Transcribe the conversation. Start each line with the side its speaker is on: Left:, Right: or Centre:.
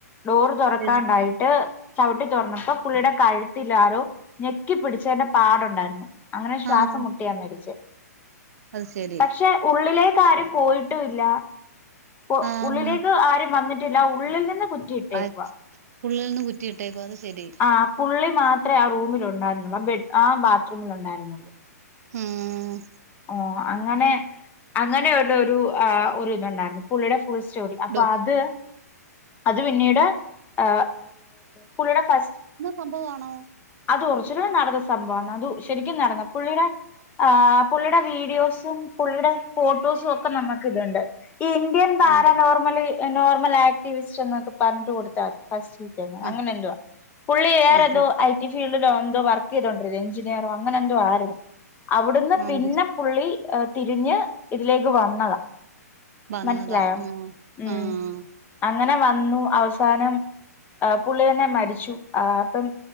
Left: ഡോറ് തുറക്കാണ്ടായിട്ട്
Right: എഴു
Left: ചവിട്ടി തുറന്നപ്പോ പുള്ളിയുടെ കഴുത്തിലാരോ ഞെക്കി പിടിച്ചതിന്റെ പാടുണ്ടായിരുന്നു അങ്ങനെ ശ്വാസം
Right: ആഹ്
Left: മുട്ടിയ മരിച്ചേ
Right: അത് ശരി
Left: പക്ഷെ ഉള്ളിലേക്ക് ആരും പോയിട്ടൂല്ല ഉ
Right: ആഹ്
Left: ഉള്ളിലേക്ക് ആരും വന്നിട്ടില്ല ഉള്ളിൽ നിന്ന് കുറ്റിയിട്ടേക്കുവാ
Right: അത് ഉള്ളിൽ നിന്ന് കുറ്റി ഇട്ടേക്കുവാ അത് ശരി
Left: ആ പുള്ളി മാത്രേ ആ റൂമില് ഉണ്ടായിരുന്നുള്ളൂ ആ ബെ ആ ബാത്റൂമില് ഉണ്ടായിരുന്നുള്ളൂ
Right: ഉം
Left: ഓ അങ്ങനെ അങ്ങനെ ഒരു ഒരു ഇതുണ്ടായിരുന്നു പുള്ളിയുടെ ഫുൾ സ്റ്റോറി അപ്പൊ
Right: ഡു
Left: അത് അത് പിന്നീട് ആ പുള്ളീട ഫസ്
Right: സംഭവം ആണോ
Left: അത് ഒർജിനൽ നടന്ന സംഭവാന്ന് അത് ശരിക്കും നടന്ന പുള്ളിയുടെ ആ പുള്ളിയുടെ വീഡിയോസും പുള്ളിയുടെ ഫോട്ടോസും ഒക്ക നമക്ക ഇത്ണ്ട് ഈ ഇന്ത്യൻ പാരനോർമല്
Right: ഉണ്ട്
Left: നോർമൽ ആക്ടിവിസ്റ്റ് എന്നൊക്ക പർഞ്ഞിട്ട് കൊടുത്താ മതി ഫസ്റ്റ്
Right: ആഹ്
Left: അങ്ങനെന്തുവാ പുള്ളി വേറേ
Right: ആഹ്
Left: എതോ ഐ റ്റി ഫീൽഡിലോ എന്തോ വർക്ക് ചെയ്തോണ്ടിരുന്ന എഞ്ചിനീയറോ അങ്ങനെ എന്തോ ആര്ന്നു അവ്ട്ന്ന്
Right: ആഹ്
Left: പിന്നെ പുള്ളി തിരിഞ്ഞ് ഇതിലേക്ക് വന്നതാ
Right: വന്നതാ
Left: മൻസിലായോ
Right: ആഹ്
Left: ഉം
Right: ആഹ്
Left: അങ്ങനെ വന്നു അവസാനം ആ പുള്ളി തന്നെ മരിച്ചു ആ അപ്പം